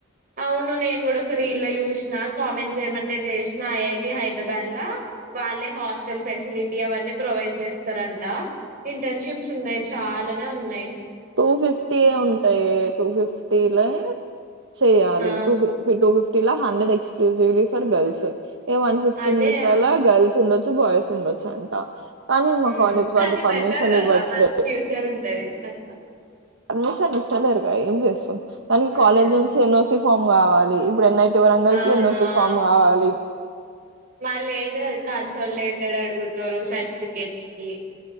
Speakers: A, on the right; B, on the right.
A: అవును నేను కూడా ఒక్క రీల్ లో చూసినా కామెంట్ చేయమంటే చేసిన ఐ ఐ టి హైదరాబాద్ల వాళ్ళే హాస్టల్ ప్రొవైడ్ ఫెసిలిటీ అవన్నీ ప్రొవైడ్ చేస్తారన్ హా ఆ ఇంటర్ షిప్స్ ఉన్నాయి చాలా అ ఉన్నాయి
B: టూ ఫిఫ్టీయ
A: హ్మ్.
B: ఉంటాయి టూ ఫిఫ్టీ ట్టేలా చేయాలి
A: ఆ
B: టూ ఫిఫ్ టూ ఫిఫ్టీ ఇలా hundred exclusively for girls A one fifty
A: అదే
B: మిగతా
A: ఆ
B: గర్ల్స్ ఉండదు బాయ్స్ ఉండొచ్చు అంట కానీ మా
A: ఉమ్
B: కాలేజ్
A: కానీ
B: వాళ్ళు పర్మిషన్
A: బెటర్ కదా
B: ఇవ్వట్లే
A: మంచి ఫ్యూచర్ ఉంటాంది అట్లా
B: పర్మిషమ్ ఇస్తారేరు కదా ఎం చేస్తాం కానీ కాలేజ్
A: అదే
B: నుంచి
A: ఆ!
B: ఎన్ ఓ సి ఫామ్ కావాలి ఇప్పుడు ఎన్ టి వరంగల్
A: అవును
B: కి ఎన్ ఓ సి
A: ఆ
B: ఫామ్ కావాలి
A: మళ్ళీ ఏంటి అది కన్సల్టేటెడ్ అడుగుతారు సర్టిఫికెట్స్ కి